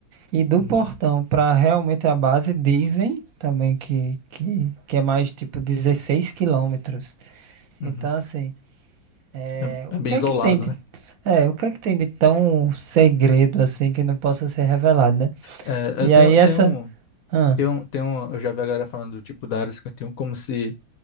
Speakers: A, on the right; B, on the left.
A: E do
B: Uhum,
A: portão para realmente a base, dizem também que, que, que é mais tipo 16 quilômetros.
B: uhum.
A: Então, assim, é,
B: É,
A: o
B: é bem
A: que
B: isolado,
A: é que tem de,
B: né?
A: é, o que é que tem de tão segredo assim que não possa ser revelado, né?
B: É,
A: E
B: eu tenho,
A: aí essa.
B: tenho um-
A: Ah,
B: Tem um, tem um, eu já vi a galera falando do tipo da Área 51 como se